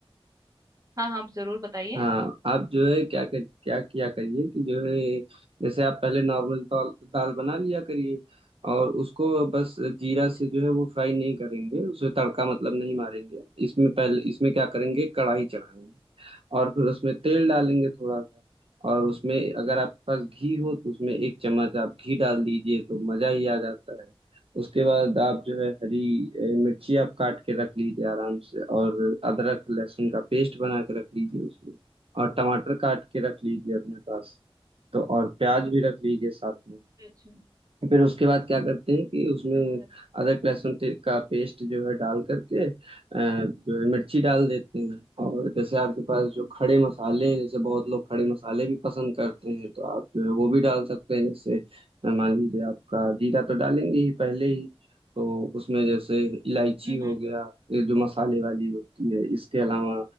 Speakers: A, on the right (about 35°); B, on the right (about 70°).
A: हाँ, हाँ, आप ज़रूर बताइए।
B: हाँ आप जो है क्या कर क्या किया करिए कि जो है जैसे आप पहले नॉर्मल दाल दाल बना लिया करिए और उसको बस जीरा
A: अच्छा,
B: से जो है वो फ्राई नहीं करेंगे उसे तड़का मतलब नहीं मारेंगे इसमें पहले इसमें क्या करेंगे कढ़ाई चढ़ाएंगे और फिर उसमें तेल डालेंगे थोड़ा सा और उसमें अगर आपके पास घी हो तो उसमें एक चम्मच आप घी डाल दीजिए तो मजा ही आ जाता है उसके बाद आप जो है हरी ए, मिर्ची आप काट के रख लीजिए आराम से और अदरक लहसुन का पेस्ट बना के रख लीजिए उसमें और टमाटर काट के रख लीजिए अपने पास तो और प्याज भी रख लीजिए साथ में
A: अच्छा, अच्छा।
B: फिर उसके बाद क्या करते हैं कि उसमें
A: अ,
B: अदरक लहसुन ते- का पेस्ट जो है डाल करके अ, जो है मिर्ची डाल देते हैं और जैसे आपके पास जो खड़े मसाले
A: हुँ,
B: हैं
A: हुँ।
B: जैसे बहुत लोग खड़े मसाले भी पसंद करते हैं तो आप जो है वो भी डाल सकते हैं जैसे अ, मान लीजिए आपका जीरा तो डालेंगे ही पहले ही तो उसमें जैसे इलायची
A: हुँ,
B: हो
A: हुँ।
B: गया ये जो मसाले वाली होती है इसके अलावा